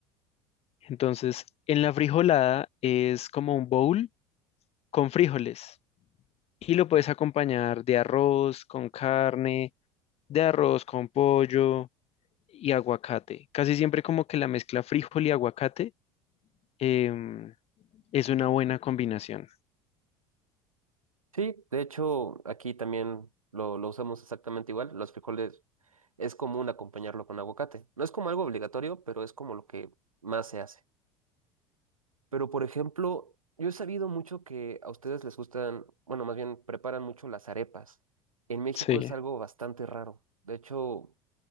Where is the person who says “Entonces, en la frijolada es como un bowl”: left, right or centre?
Left